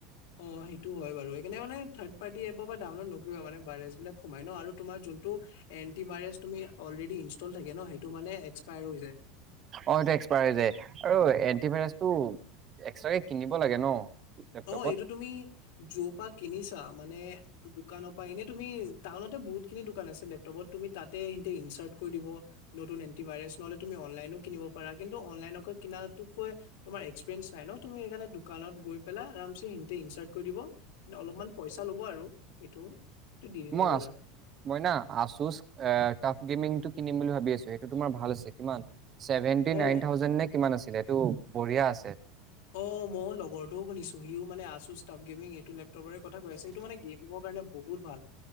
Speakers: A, on the left (about 70°); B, on the right (about 25°).
A: অঁ সেইটো হয় বাৰু। সেইকাৰণে মানে থাড পাৰ্টি এপৰ পৰা ডাউনলোড নকৰিবা মানে ভাইৰাছ বিলাক সোমাই ন'। আৰু তোমাৰ- যোনটো এন টি ভাইৰাছ তুমি অলৰেডি ইষ্টতল থাকে ন'এক্সপায়াৰ হৈ যাই।
B: অ এক্সপায়াৰ হৈ যায়। আৰু এন্টিভাইৰাছটো এক্সট্ৰাৰকে কিনিব লাগে ন'? লেপটপত
A: অঁ এইটো তুমি জৰ পৰা কিনিছা মানে দোকানত-। এনেই তুমি টাউনত টো বহুতখিনি দোকান আছে লেপটপতৰ তুমি তা'তে ইনচাৰ্ট কৰিব দিব। নতুন- ভাইৰাছ নহ'লে তুমি অনলাইনো কিনিব পাৰা কিন্তু অনলাইনক কিনা তো'ত কৈ- তোমাৰ এক্সপেৰিমেণ্ট নাই ন' তুমি সেইকাৰণে দোকানত গৈ- পেলাই আৰামচে ইনচাৰ্ট কৰি দিব অলপমান পইচা ল'ব আৰু এইটো। এইটো দি দিলে
B: মই
A: হ'ল
B: আছো
A: আৰু
B: মই না আছোচ টাৰ্ফ গেমিং টো কিনিম বুলি- ভাবি আছো সেইটো কিমান চেভেন্ডটি
A: অ
B: নাইট্ৰ থাউজেণ্ড নে - কিমান আছিলে এইটো বঢ়িয়া আছে।
A: অ মইও লগৰটোও শুনিছো সিও মানে আছোছ ষ্টোফ গেমিং এইটো লেপটপৰৰে কথা কৈ আছে সিটো মানে গেমিঙৰ- কাৰণে বহুত ভাল।